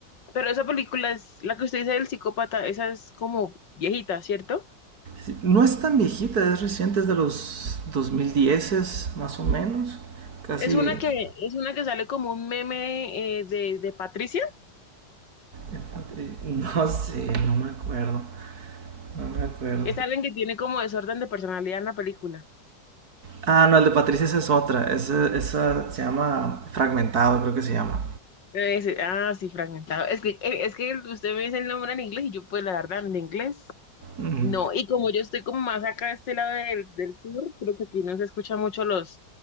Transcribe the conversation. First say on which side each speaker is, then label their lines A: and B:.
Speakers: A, on the left; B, on the right.
A: pero esa película es la que usted dice del psicópata, esa es como viejita, ¿cierto?
B: Sí, No es tan viejita, es reciente, es de los 2010 más o menos. Casi.
A: Es una que,
B: <laughs>
A: es una que sale como un meme eh, de, de Patricia.
B: No sé, no me acuerdo. No me acuerdo.
A: Es alguien que tiene como desorden de personalidad en la película.
B: Ah, no, el de Patricia esa es otra. Esa, esa se llama Fragmentado, creo que se llama.
A: Eh, sí, ah, sí, fragmentado. Es que, eh, es que usted me dice el nombre en inglés y yo, pues, la verdad, en inglés.
B: Uh -huh.
A: No, y como yo estoy como más acá de este lado del, del sur, creo que aquí no se escuchan mucho los,